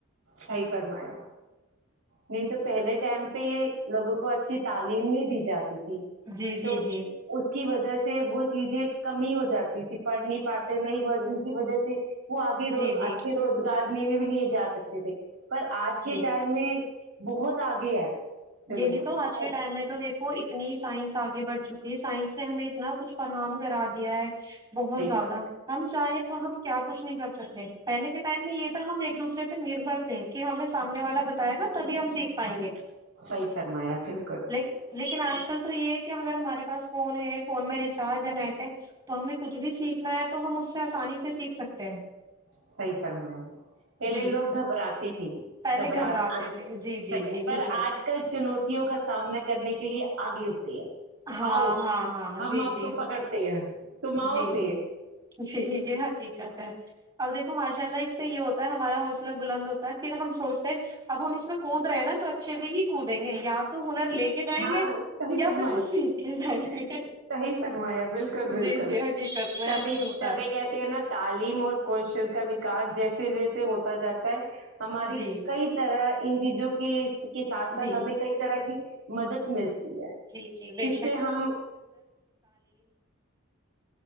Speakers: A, on the right; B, on the right.
A: صحیح فرمایا نہیں تو پہلے ٹائم پہ لوگوں کو اچھی تعلیم نہیں دی جاتی
B: جی جی
A: تو
B: جی
A: اس کی وجہ وہ چیزیں کمی ہو جاتی تھی پڑھ نہیں پاتے نہیں ان کی وجہ سے <inaudible> <unintelligible>
B: جی جی
A: <unintelligible> <unintelligible>
B: جی
A: <unintelligible>
B: <unintelligible>
A: صحیح
B: <unintelligible>
A: فرمایا
B: <unintelligible> <unintelligible>
A: <unintelligible>
B: لیکن لیکن <unintelligible>
A: <unintelligible>
B: جی پہلے گھبراتے تھے
A: <unintelligible>
B: جی جی جی بے شک <unintelligible>
A: آؤ ہم آپ کو پکڑتے ہیں تم آؤ سے
B: <unintelligible>
A: <unintelligible>
B: گے یا پھر کچھ سیکھ
A: <unintelligible>
B: کے جائیں گے
A: <unintelligible>
B: جی جی حقیقت میں ایسے ہی ہوتا
A: <unintelligible> <unintelligible> <unintelligible>
B: ہے جی
A: <unintelligible>
B: جی
A: <unintelligible>
B: <unintelligible> <unintelligible> <unintelligible> پڑ
A: جس سے ہم